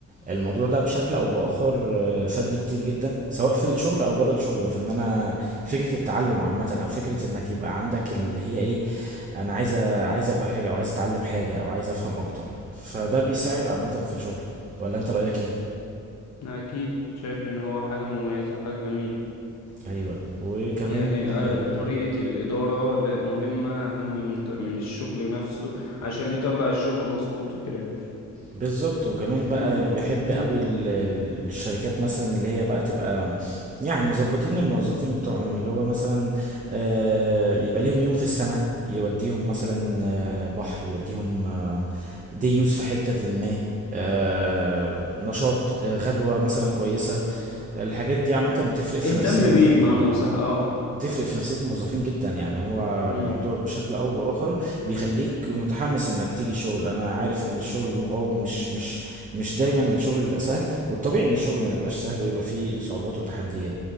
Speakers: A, on the right; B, on the left.
A: الموضوع ده بشكل او باخر آه، فادني كتير جدا سواء في الشغل او بره الشغل في ان انا فكرة التعلم عامة او فكرة انك يبقى عندك اللي هي ايه انا عايز عايز ابقى حاجه او عايز اتعلم حاجه او عايز افهم اكتر فده بيساعد عامه في الشغل ولا انت رايك ايه
B: أنا اكيد شايف ان هو حاجة مميزة حاجة جميلة
A: ايوه وكمان
B: يعني آه،
A: يعني
B: طريقة الإدارة ل- مهمة أهم من ط- من الشغل نفسه عشان يطلع الشغل مظبوط وكده
A: بالظبط وكمان بقى
B: مد...
A: بيحب
B: مم.
A: قوي ال- ال- الشركات مثلا اللي هي بقى تبقى يعني مظبطين الموظفين بتوعهم اللي هو مثلا آه، يبقى ليهم يوم في السنة يوديهم مثلا آه، بحر يوديهم آه، ديوس في حتة ما آه، نشاط آه، غدوة مثلا كويسة الحاجات دي عامة بتفرق في
B: اهتم
A: نفسية
B: بيه
A: ال-
B: بمعنى صح اه
A: بتفرق في نفسية الموظفين جدا يعني هو
B: مم.
A: الموضوع بشكل أو بآخر بيخليك متحمس إنك تيجي الشغل أنا عارف إن الشغل م- اه مش مش مش دايما الشغل بيبقى سهل والطبيعي إن الشغل ما بيبقاش سهل ويبقى فيه صعوبات وتحديات